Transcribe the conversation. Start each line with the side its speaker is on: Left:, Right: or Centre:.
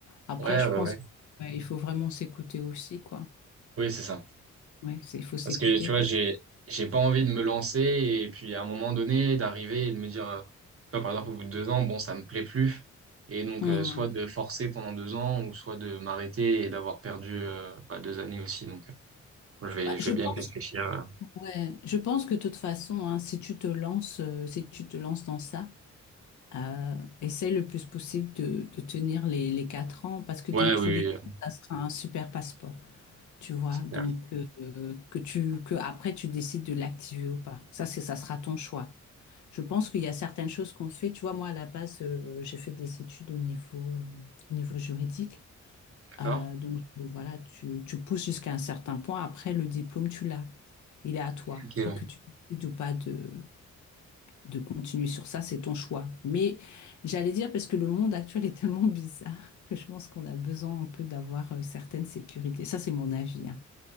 Left: Après,
Right: Ouais,
Left: je
Right: ouais,
Left: pense
Right: ouais.
Left: qu'il faut vraiment s'écouter aussi, quoi.
Right: Oui, c'est ça.
Left: Ouais, c'est, il faut s'écouter.
Right: Parce que tu vois, j'ai j'ai pas envie de me lancer et puis à un moment donné d'arriver et de me dire, euh, tu vois, par exemple au bout de deux ans, bon, ça me plaît plus. Et donc
Left: Hmm.
Right: euh, soit de forcer pendant deux ans ou soit de m'arrêter et d'avoir perdu euh, bah, deux années aussi. Donc euh, je vais
Left: Bah,
Right: je
Left: je
Right: vais bien
Left: pense
Right: y réfléchir. euh.
Left: Ouais, je pense que de toute façon, hein, si tu te lances, euh, si tu te lances dans ça, euh, essaie le plus possible de, de tenir les, les quatre ans parce que
Right: Ouais,
Left: dans tous
Right: oui,
Left: les
Right: oui, euh,
Left: cas, ça sera un super passeport, tu vois.
Right: c'est
Left: Donc
Right: clair.
Left: euh, que tu que après tu décides de l'activer ou pas. Ça c'est ça sera ton choix. Je pense qu'il y a certaines choses qu'on fait. Tu vois, moi à la base, euh, j'ai fait des études au niveau euh, au niveau juridique.
Right: D'accord.
Left: Euh, donc voilà, tu, tu pousses jusqu'à un certain point. Après, le diplôme, tu l'as. Il est à toi.
Right: Ok,
Left: Après
Right: ouais.
Left: que tu décides ou pas de, de continuer sur ça, c'est ton choix. Mais j'allais dire, parce que le monde actuel est tellement <laughs> bizarre que je pense qu'on a besoin un peu d'avoir euh, certaines sécurités. Ça, c'est mon avis, hein.